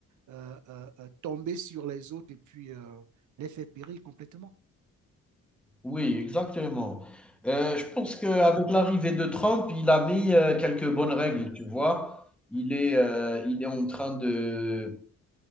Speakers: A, on the right (about 75°); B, in the centre.
A: euh, euh, euh, tomber sur les autres et puis euh, les faire périr complètement.
B: Oui, exactement. Euh, je pense qu'avec l'arrivée de Trump, il a mis euh, quelques bonnes règles, tu vois. Il est, euh, il est en train de,